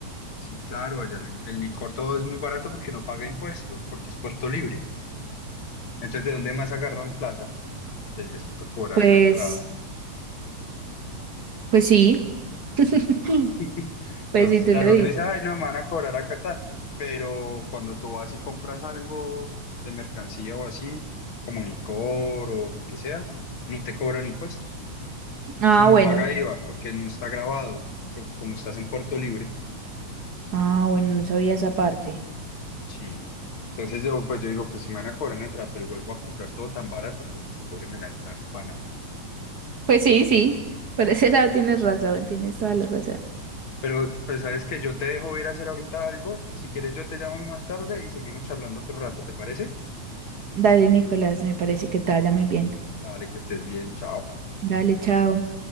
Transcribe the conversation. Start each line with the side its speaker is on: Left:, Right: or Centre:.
Left: Sí, claro, allá el, el licor todo es muy barato porque no paga impuestos, porque es Puerto Libre. Entonces, ¿de dónde más agarran plata? Pues les toca cobrar
Right: Pues,
Left: la entrada.
Right: pues sí, <laughs>
Left: <laughs>
Right: pues
Left: Entonces,
Right: sí, tú
Left: claro,
Right: lo dices.
Left: uno dice, ay, no, me van a cobrar acá, ta". Pero cuando tú vas y compras algo de mercancía o así, como licor o lo que sea, no te cobran impuestos.
Right: Ah,
Left: Eso no
Right: bueno,
Left: paga IVA porque no está grabado, porque como estás en Puerto Libre,
Right: ah, bueno, no sabía esa parte.
Left: sí. Entonces yo, pues yo digo, pues si me van a cobrar la entrada, pero igual voy a comprar todo tan barato, pues, pues cóbreme la entrada, no pana.
Right: Pues sí, sí, por ese lado tienes razón, tienes toda la razón.
Left: Pero pues sabes que yo te dejo ir a hacer ahorita algo. Si quieres, yo te llamo más tarde y seguimos charlando otro rato, ¿te parece?
Right: Dale, Nicolás, me parece que te vaya muy bien.
Left: Dale, que estés bien, chao.
Right: Dale, chao.